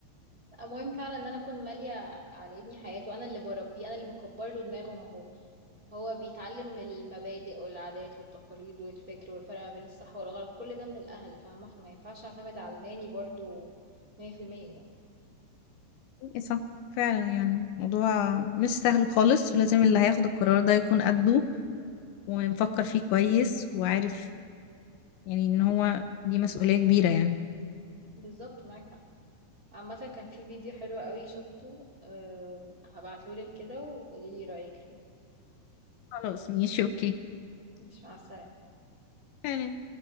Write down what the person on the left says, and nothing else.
ايه صح فعلا يعني موضوع مش سهل خالص ولازم اللي هياخد القرار ده يكون قده ومفكر فيه كويس وعارف يعني ان هو دي مسؤولية كبيرة يعني
خلاص ماشي اوكي
تمام